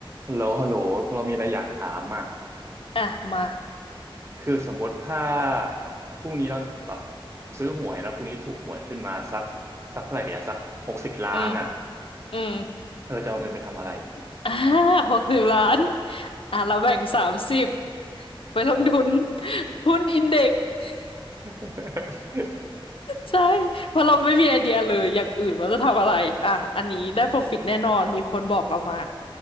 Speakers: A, on the right; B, on the left.
A: ฮัลโหลฮัลโหลเรามีอะไรอยากถามอ่ะ
B: อ่ะมา
A: คือสมมติถ้าพรุ่งนี้เราแบบซื้อหวยแล้วพรุ่งนี้ถูกหวยขึ้นมาสักสักเท่าไหร่เดียวสักหกสิบล้านอ่ะ
B: อืมอืม
A: เธอจะเอาเงินไปทำอะไร
B: <laughs> อ่าหกสิบล้าน อ่ะเราแบ่งสามสิบไปลงทุนหุ้นอินเด็กซ์ <laughs>
A: <laughs>
B: ใช่เพราะเราไม่มีไอเดียเลยอย่างอื่นว่าจะทำอะไรอ่ะอันนี้ได้ profit แน่นอนมีคนบอกเรามา